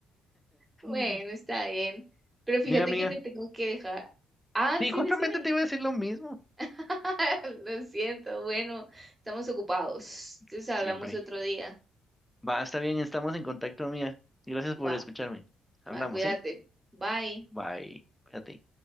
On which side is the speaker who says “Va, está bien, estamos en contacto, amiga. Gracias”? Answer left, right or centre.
Centre